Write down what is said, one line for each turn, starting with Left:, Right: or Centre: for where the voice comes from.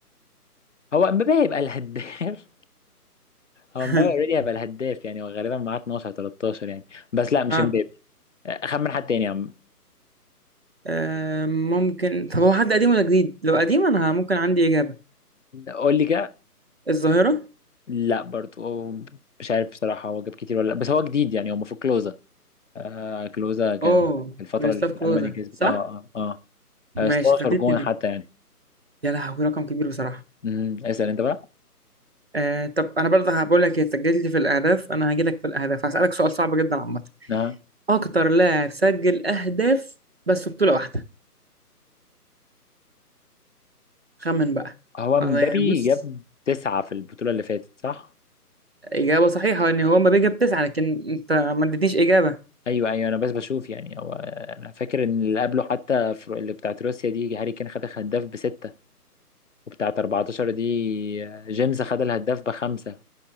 Left: هو امبابي هيبقى الهداف هو
Right: <laughs>
Left: مبابي اوريدي هيبقى الهداف يعني هو غالبا معاه 12 13 يعني بس لا مش
Right: اه
Left: مبابي اخمن حد تاني يا عم
Right: آه، ممكن طب هو حد قديم ولا جديد لو قديم انا ممكن عندي اجابة
Left: قول لي كده
Right: الظاهرة
Left: لا برضه هو مش عارف بصراحة هو جاب كتير ولا لا بس هو جديد يعني هو المفروض كلوزا آه كلوزا كان
Right: اه
Left: في الفترة
Right: ميروسلاف
Left: اللي
Right: كلوزا
Left: ألمانيا كسبت
Right: صح
Left: اه اه
Right: ماشي
Left: اه 16
Right: فاتتني
Left: جون
Right: دي
Left: حتى يعني
Right: يا لهوي رقم كبير بصراحة
Left: امم اسأل انت بقى
Right: آه طب انا برضه هقول لك هي سجلت لي في الاهداف انا هاجي لك في الاهداف هسألك سؤال صعب جدا عامة
Left: اه
Right: اكتر لاعب سجل اهداف بس في بطولة واحدة خمن بقى
Left: هو مبابي
Right: الله يعني بص
Left: جاب تسعة في البطولة اللي فاتت صح؟
Right: إجابة صحيحة إن هو مبابي جاب تسعة لكن أنت ما اديتنيش إجابة
Left: ايوه ايوه انا بس بشوف يعني هو انا فاكر ان اللي قبله حتى في- اللي بتاعت روسيا دي هاري كين خد هداف بستة وبتاعة 14 دي جيمس خد الهداف بخمسة